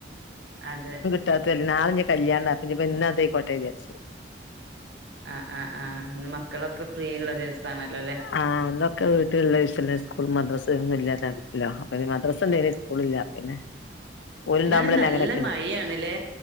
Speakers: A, on the right; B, on the left.
A: അതെ
B: <unintelligible> നാളെനി കല്യാണ പിനിപ്പിന്നതേയ്ക്കോട്ടെ വിചാര്ച്
A: ആഹ് ആഹ് ആഹ് ഇന്ന് മക്കളൊക്കെ ഫ്രീള്ള ദിവസാണല്ലോല്ലേ
B: ആഹ് ഇന്നൊക്കെ വീട്ടിള്ള ഈസല്ലേ സ്കൂളും മദ്രസയൊന്നും ഇല്ലാല്ലാ ല അപ്പൊ ഇനി മദ് മദ്രസ ഇണ്ടോയിനി സ്കൂള് ഇല്ല അപ്പം പിന്നെ ഓലുണ്ടാവുമ്പളല്ലേ
A: ഇന്നാണേ നല്ല
B: അങ്ങനെയൊക്കെ
A: മയാണ് ല്ലേ